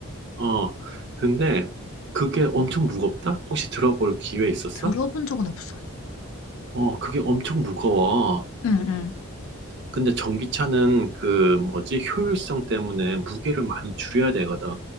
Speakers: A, on the right; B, on the left.
A: 어, 근데 그게 엄청 무겁다? 혹시 들어볼 기회 있었어?
B: 들어본 적은 없어.
A: 어, 그게 엄청 무거워.
B: 응, 응.
A: 근데 전기차는 그 뭐지 효율성 때문에 무게를 많이 줄여야 되거든.